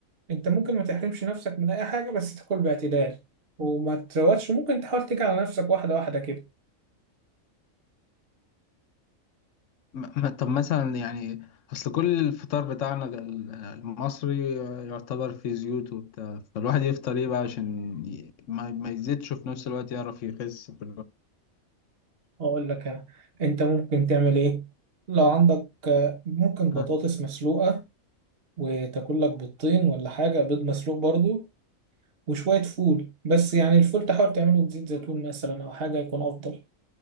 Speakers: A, on the right; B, on the left.
A: أنت ممكن ما تحرمش نفسك من أي حاجة بس تاكل باعتدال وما تروتش ممكن تحاول تيجي على نفسك واحدة واحدة كده
B: ما... ما- طب مثلا يعني اصل كل الفطار بتاعنا ال- المصري آه، يعتبر فيه زيوت وبتاع فالواحد يفطر ايه بقى عشان ي... ما... ما يزيدش وفي نفس الوقت يعرف يخس في
A: أقول لك أنا أنت ممكن تعمل إيه لو عندك آه، ممكن بطاطس
B: الوقت
A: مسلوقة وتاكل لك بيضتين ولا حاجة بيض مسلوق برضو وشوية فول بس يعني الفول تحاول تعمله بزيت زيتون مثلا أو حاجة يكون أفضل